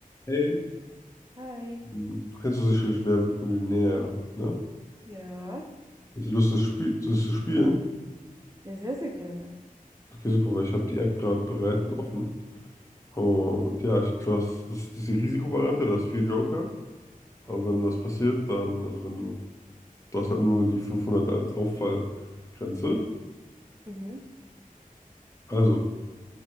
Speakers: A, on the left (about 20°); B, on the right (about 25°).
A: Hey.
B: Hi.
A: Hm, Du kennst du sicherlich Wer wird Millionär, ne?
B: Ja.
A: Hast du Lust, das Spiel, das zu spielen?
B: Ja, sehr, sehr gerne.
A: Okay, super, weil ich habe die App gerade bereit und offen. Oh,
B: Mhm.
A: und ja, ich, du hast, das ist diese Risikovariante, du hast vier Joker. Aber wenn was passiert, dann, also wenn du, du hast halt nur die fünfhundert als Auffallgrenze.
B: Mhm.
A: Also,